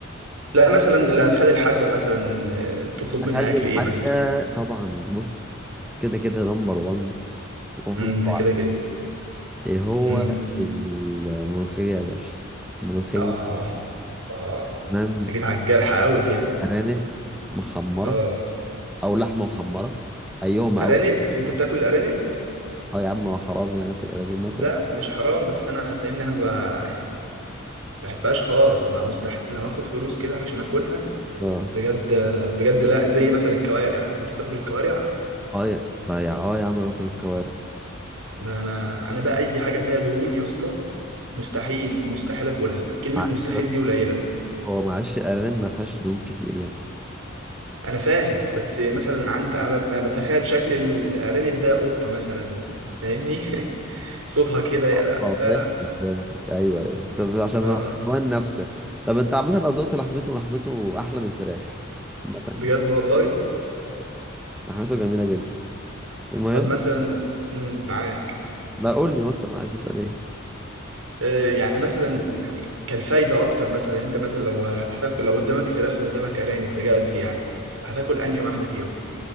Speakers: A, on the right; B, in the centre.
A: لا مثلا اللي هتخلي الحاجه مثلا آه، تطلب منها
B: أخلي
A: اكل
B: الحاجة
A: ايه مثلا
B: طبعا بص كده كده نمبر 1 وهو
A: امم
B: أنت
A: ده
B: عارفه.
A: كده كده
B: إيه هو
A: امم
B: الملوخية يا باشا ملوخية
A: اه اه
B: تمام
A: أنت جيت على الجرح قوي كده
B: أرانب محمرة
A: اه
B: أو لحمة محمرة أيهما
A: ارانب
B: أو
A: انت بتاكل الارانب
B: أه يا عم هو حرام يعني آكل أرانب ناكل
A: لا مش حرام بس انا فاهمني انا ب... يعني ما بحبهاش خالص ما مستحيل لو هاخد فلوس كده عشان اكلها
B: اه
A: بجد بجد لا زي مثلا الكوارع انت بتاكل الكوارع
B: اه يا لا يا اه يا عم باكل الكوارع
A: ده انا انا بقى اي حاجه فيها دهون يا اسطى مستحيل مستحيل اكلها كلمه
B: معلش
A: مستحيل
B: بس
A: دي قليله
B: هو معلش الأرانب ما فيهاش دهون كتير يعني
A: انا فاهم بس مثلا عند أنا ب- بتخيل شكل الارانب ده قطه مثلا فاهمني <laughs> صوتها كده
B: اه
A: لا لا
B: فهمتك
A: لا
B: فهمتك ايوه ايوه طب عشان
A: آه،
B: هو الحمام نفسه طب انت عامة لو دقت لحمته لحمته احلى من الفراخ عامة يعني
A: بجد والله
B: لحمته جميلة جدا المهم
A: طب مثلا مم، معاك
B: ما قول لي مثلا عايز اسال ايه
A: آه، يعني مثلا يعني كالفايدة أكتر مثلا أنت مثلا لو هتاكل لو قدامك فراخ وقدامك أرانب بجد يعني هتاكل أنهي واحدة فيهم؟